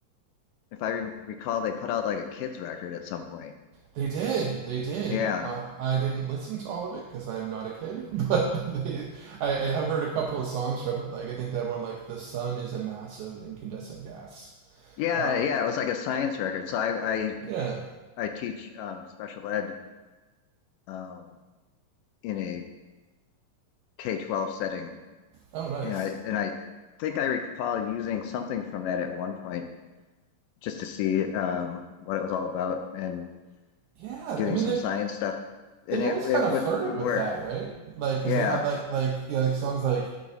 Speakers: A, on the left; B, on the right.
A: if I re recall, they put out like a kids record at some point.
B: they did. They did.
A: Yeah,
B: Uh, I didn't listen to all of it because I am not a kid, <laughs> but they, I, I have heard a couple of songs from it. Like, I think that one, like, The Sun is a Massive Incandescent Gas.
A: yeah,
B: Um,
A: yeah. It was like a science record. So I I
B: yeah.
A: I teach um, special ed um, in a K twelve setting,
B: Oh, nice.
A: and I and I think I recall using something from that at one point just to see um, what it was all about and
B: Yeah,
A: doing
B: I mean,
A: some
B: they've,
A: science stuff, and
B: they've
A: it
B: always kind
A: it would
B: of flirted
A: it
B: with
A: work.
B: that, right? Like, because
A: Yeah.
B: they had, like, like, yeah, like songs like